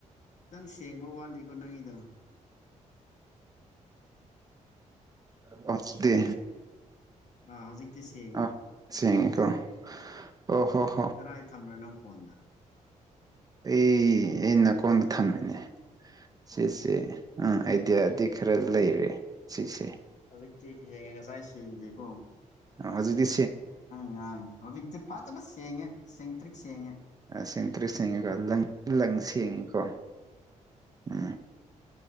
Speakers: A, on the left; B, on the right.
A: ꯈꯤꯇꯪ ꯁꯦꯡꯕ ꯋꯥꯠꯂꯤꯀꯣ ꯅꯪꯒꯤꯗ
B: ꯐꯖꯗꯦ
A: ꯑꯥ ꯍꯧꯖꯤꯛꯇꯤ ꯁꯦꯡꯉꯦ
B: ꯑꯥ <inaudible> ꯍꯣ
A: ꯀꯗꯥꯥꯏ ꯊꯝꯕ꯭ꯔꯣ ꯅꯪ ꯐꯣꯟꯗ
B: ꯑꯩ ꯑꯩ ꯅꯥꯀꯣꯟꯗ ꯊꯝꯃꯤꯅꯦ ꯁꯤꯁꯦ ꯑꯥ ꯑꯥꯏꯗꯤꯌꯥꯗꯤ ꯈꯔ ꯂꯩꯔꯦ ꯁꯤꯁꯦ
A: ꯀꯩ ꯀꯦꯛ ꯍꯦꯡꯉꯦ ꯉꯁꯥꯏ ꯁꯦꯡꯗꯦꯀꯣ
B: ꯍꯧꯖꯤꯗꯤ
A: ꯉꯥꯡ ꯍꯧꯖꯤꯛꯇ ꯄꯥꯇꯅ ꯁꯦꯡꯉ ꯁꯦꯡꯉꯠꯇꯔꯤ ꯁꯦꯡꯉ
B: ꯑ ꯁꯦꯡ ꯇꯔꯔꯤꯠ ꯁꯦꯡꯉꯤꯀꯣ ꯂꯪ ꯁꯦꯡꯉꯤꯀꯣ ꯎꯝ